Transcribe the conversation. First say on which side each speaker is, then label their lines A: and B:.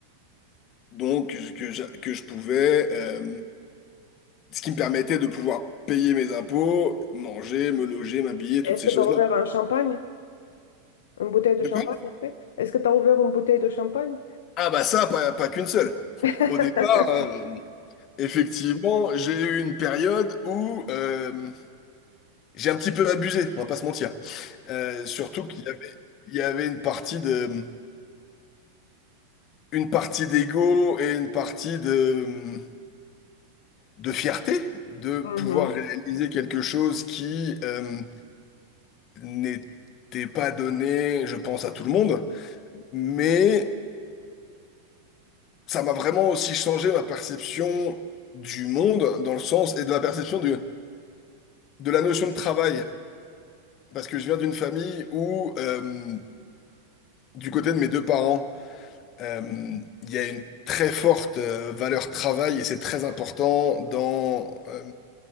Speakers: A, on the left (about 35°); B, on the left (about 60°).
A: Donc je- que je, que je pouvais, euh, ce qui me permettait de pouvoir payer mes impôts, manger, me loger, m'habiller, toutes
B: est-ce
A: ces
B: que
A: choses-là.
B: tu as ouvert un champagne? Une bouteille de
A: De
B: champagne
A: quoi?
B: après? Est-ce que tu as ouvert une bouteille de champagne?
A: Ah bah ça, pas, pas qu'une seule.
B: <laughs>
A: Au départ, euh, effectivement, j'ai eu une période où euh, j'ai un petit peu abusé, on va pas se mentir. Euh, surtout qu'il y avait, il y avait une partie de, une partie d'ego et une partie de, de fierté de pouvoir
B: Mhm,
A: réaliser quelque chose qui euh, n'était pas donné, je pense, à tout le monde. Mais ça m'a vraiment aussi changé ma perception du monde dans le sens et de la perception du, de la notion de travail, parce que je viens d'une famille où, euh, du côté de mes deux parents, euh, il y a une très forte euh, valeur travail et c'est très important dans, euh,